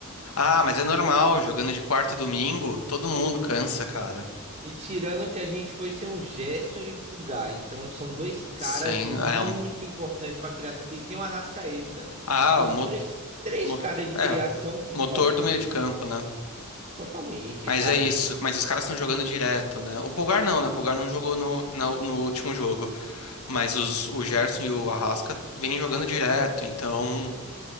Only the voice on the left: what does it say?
Ah, mas é normal, jogando de quarta e domingo, todo mundo cansa, cara.
Sem.
É, um,
ah,
o mo,
mo-
é,
o
motor
do meio de campo, né?
Mas
é isso, mas os caras estão jogando direto, né? O Pulgar não, né? O Pulgar não jogou no, na- no último jogo. Mas os, o Gerson e o Arrasca vêm jogando direto, então